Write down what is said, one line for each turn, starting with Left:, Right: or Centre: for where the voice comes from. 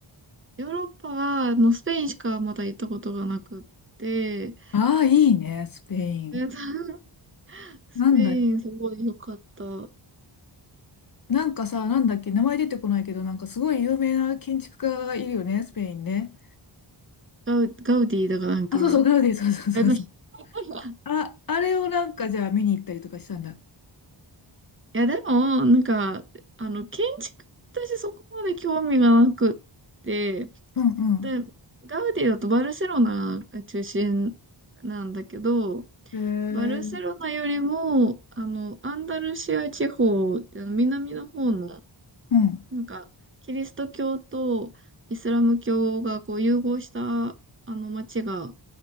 Right: ヨーロッパは、あの、スペインしかまだ行ったことがなくって、<laughs>
Left: ああ、いいね、スペイン。
Right: えっと <laughs> スペインすごい良かった。
Left: なんだ、なんかさ、なんだっけ、名前出てこないけど、なんかすごい有名な建築家がいるよね、スペインね。
Right: ガウ、ガウディだからなんか、
Left: あ、そうそう、ガウディ、そうそうそうそう。
Right: えっと <laughs>
Left: あ、あれをなんかじゃあ見に行ったりとかしたんだ。
Right: いや、でも、なんか、あの、建築、私そこまで興味がなくって、
Left: うんうん。
Right: で、ガウディだとバルセロナが中心なんだけど、
Left: えー、
Right: バルセロナよりも、あの、アンダルシア地方って南の方の、
Left: うん。
Right: なんか、キリスト教とイスラム教がこう融合した、あの、街が